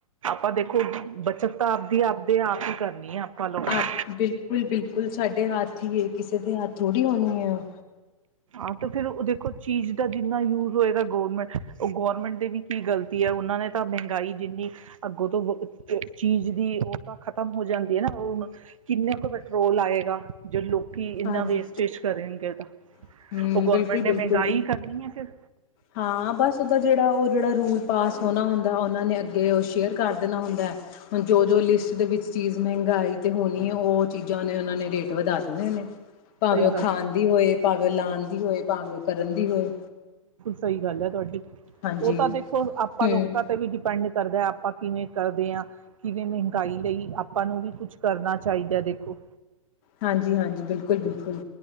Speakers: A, on the right; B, on the left.
A: <unintelligible> ਦੇਖੋ ਬੱਚਤ ਤਾਂ ਆਪਦੀ ਆਪ ਹੀ ਕਰਨੀ ਹੈ ਆਪਾਂ ਲੋਕਾਂ
B: ਆਪ ਬਿਲਕੁਲ-ਬਿਲਕੁਲ ਸਾਡੇ ਹੱਥ ਈ ਏ ਕਿਸੇ ਦੇ ਹੱਥ ਥੋੜੀ ਹੋਨੀ ਏ ਔ
A: ਆ ਤੋ ਫੇਰ ਔ ਦੇਖੋ ਚੀਜ਼ ਦਾ ਜਿੰਨਾ ਯੂਜ ਹੋਏਗਾ ਗਵਰਨਮੈਂਟ ਔ ਗੌਰਮੈਂਟ ਦੇ ਵੀ ਕੀ ਗਲਤੀ ਏ? ਔਨਾ ਨੇ ਤਾਂ ਮਹਿੰਗਾਈ ਜਿੰਨੀ ਅੱਗੋਂ ਤੋਂ <unintelligible> ਚੀਜ਼ ਦੀ ਖਤਮ ਹੋ ਜਾਂਦੀ ਏ ਨਾ ਕਿੰਨਾ ਕ ਕੰਟਰੋਲ ਆਏਗਾ ਜੇ ਲੋਕ ਕੀ ਇਨਾ
B: ਹਾਂਜੀ
A: ਵੇਸਟੇਜ ਕਰੇਂਗੇਦਾ
B: ਹੂੰ
A: ਔ ਗੌਰਮੈਂਟ
B: ਬਿਲਕੁਲ, ਬਿਲਕੁਲ
A: ਨੇ ਮਹਿੰਗਾਈ ਈ ਕਰਨੀ ਐ ਫੇਰ।
B: ਹਾਂ, ਬਾਸ ਔਦਾ ਜੇੜਾ ਔ ਜੇੜਾ ਔ ਰੂਲ ਪਾਸ ਹੋਨਾ ਹੁੰਦਾ ਔਨਾਂ ਨੇ ਅੱਗੇ ਔ ਸ਼ੇਅਰ ਕਰ ਦੇਨਾ ਹੁੰਦੈ। ਹੁਨ ਜੋ-ਜੋ ਲਿਸਟ ਦੇ ਵਿੱਚ ਚੀਜ਼ ਮਹਿੰਗਾਈ ਤੇ ਹੋਨੀ ਏ ਔ-ਔ ਚੀਜਾਂ ਨੇ ਔਨਾਂ ਨੇ ਰੇਟ ਵਧਾ ਦੇਨੇੇ ਨੇ। ਭਾਵੇਂ
A: ਸਹੀ
B: ਔ
A: ਗੱਲ।
B: ਖਾਨ ਦੀ ਹੋਏ, ਭਾਵੇਂ ਔ ਲਾਨ ਦੀ ਹੋਏ, ਭਾਵੇਂ ਔ ਕਰਨ ਦੀ ਹੋਏ।
A: ਸਈ ਗੱਲ ਐ ਤੁਆਡੀ,
B: ਹਾਂਜੀ
A: ਔ ਤਾਂ ਦੇਖੋ ਆਪਾਂ
B: ਹੂੰ
A: ਲੋਕਾਂ ਤੇ ਵੀ ਡਿਪੈਂਡ ਕਰਦ ਆਪਾਂ ਕਿਵੇਂ ਕਰਦੇ ਆਂ ਕਿਵੇਂ ਮਹਿੰਗਾਈ ਲਈ ਆਪਾਂ ਨੂੰ ਵੀ ਕੁਝ ਕਰਨਾ ਚਾਹਿਦਾ ਦੇਖੋ
B: ਹਾਂਜੀ- ਹਾਂਜੀ ਬਿਲਕੁਲ। ਬਈ ਬਿਲਕੁਲ।